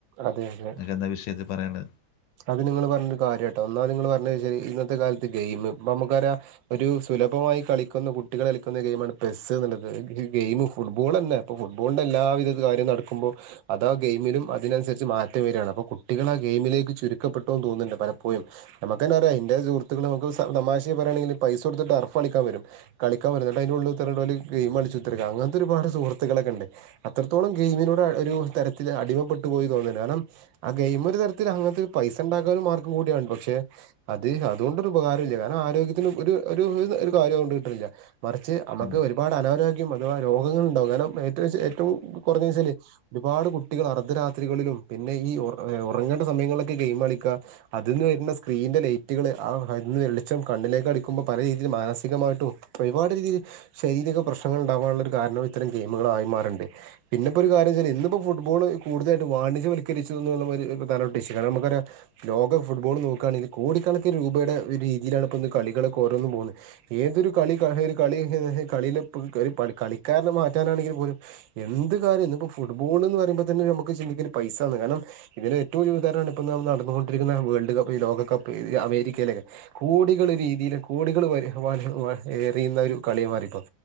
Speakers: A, on the right (about 80°); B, on the left (about 75°).
A: അതെ അതെ
B: അന്ക്കെന്താ വിഷയത്തിൽ പറയാള്ളത്.
A: അത് നിങ്ങള്ൾ പറഞ്ഞൊരു കാര്യട്ടോ ഒന്നാത് നിങ്ങള് പറ്ഞ്ഞന്താച്ചല് ഇന്നത്തെ കാലത്ത് ഗെയിം ഇപ്പൊ അമക്കറിയാ ഒരു സുലഭമായി കളിക്കുന്ന കുട്ടികൾ കളിക്കുന്ന ഗെയിമാണ് പെസ്സ് എന്നുള്ളത് ഈ ഗെയിം ഫുട്ബോള്ളന്നെ ഇപ്പോ ഫുട്ബോള്ന്റെ എല്ലാവിധ കാര്യും നടക്കുമ്പോ അതാ ഗെയിമിലും അതിനന്സര്ച്ച് മാറ്റം വരികയാണ് അപ്പൊ കുട്ടികൾ ആഹ് ഗെയിമിലേക്ക് ചുരു ചുരുക്കപ്പെട്ടോന്ന് തോന്നുന്നുണ്ട് പലപ്പോഴും നമ്മക്കെനറാം ഇന്റെ സുഹൃത്ക്കള് നമുക്ക് സ തമാശി പറയാണെങ്കില് പൈസ കൊട്ത്ത് ട്ടർഫളിക്കൻ വരും കളിക്കാൻ വെരും ന്നട്ട് അയ്നുള്ളിൽ കുത്തർന്ന് ഓല് ഗയിം കളിച്ചുത്തർക്കാ അങ്ങനത്തെ ഒരുപട് സുഹൃത്തുക്കളൊക്കെണ്ട് അത്രത്തോളം ഗെയിമിനോട് ഒരു തരത്തിൽ അടിമപ്പെട്ടു പോയി തോന്ന്ന്ന്ണ്ട് കാരണം ആഹ് ഗെയിമ് ഒരു തരത്തിൽ അങ്ങനത്തെ ഒരു പൈസ ഉണ്ടാക്കാൻ ഒരു മാർഗം കൂടിയാണ് പക്ഷെ അത് അത്കൊണ്ടൊരു ഉപകാരുല്ല കാരണം ആരോഗ്യത്തിന് ഒര് ഒരു ഒരു കാരിയു അത്കൊണ്ട് കിട്ട്ണില്ല മറിച്ച് അമ്മക്ക്
B: ഉം.
A: ഒരുപാട് അനാരോഗ്യം അഥവാ രോഗങ്ങളുണ്ടാവും. കാരണം ഏറ്റവും ച്ച ഏറ്റവും കുറഞ്ഞെച്ചാല് ഒരുപാട് കുട്ടികൾ അർദ്ധരാത്രികളിലും, പിന്നെ ഈ ഉറങ്ങേണ്ട സമയങ്ങളിലൊക്കെ ഗെയിം കളിക്കാ. അതിൽന്ന് വെര്ന്ന സ്ക്രീനിന്റെ ലൈറ്റുകൾ ആഹ് അതിൽ നിന്ന് വെളിച്ചം കണ്ണലെക്ക് അടിക്കുമ്പോ പല രീതിയിൽ മാനസികമായിട്ടും. ഒരുപാട് രീതിയിൽ ശെരീരിക പ്രശ്നങ്ങൾ ഉണ്ടാവാനുള്ള ഒരു കാരണം ഇത്തരം ഗെയിമുകളായി മാറുണ്ട്. പിന്നെപ്പോ ഒരു കാര്യച്ചാൽ ഇന്നിപ്പോ ഫുട്ബോള് കൂടുതലായിട്ട് വാണിജ്യവൽകരിച്ചു എന്നുള്ള പ്രധാനപ്പെട്ട ഇഷു ഏതായാലും നമ്മക്കറിയ ലോക ഫുട്ബോൾ, നോക്കണെങ്കിൽ കോടിക്കണക്കിന് രൂപയുടെ ഒരു രീതിയിലാണ് ഇപ്പന്ന് കളികളൊക്കെ ഓരോന്നും പോകുന്നത് ഏതൊരു കളി കഹി കളി ത് കളിലെപ്പളും കളിയിലെ കളിക്കാരനെ മാറ്റാനാണെങ്കിൽ പോലും എന്ത് കാര്യം ഇന്ന്പ്പൊ ഫുട്ബോൾ ന്ന് പറയുമ്പോ തന്നെ നമുക്ക് ചിന്തിക്കല് പൈസ ന്ന്. കാരണം ഇതിന് ഏറ്റവും <unintelligible> ഇപ്പൊൾ നമ്മൾ നടന്നുകൊണ്ടിരിക്കുന്ന വേൾഡ് കപ്പ് ഈ ലോകപ്പ് അമേരിക്കയിലെ കോടികൾ രീതിയില്, കോടികൾ വരി വഹി വാരി എറിയുന്ന ഒരു കളിയായി മാറി ഇപ്പോ.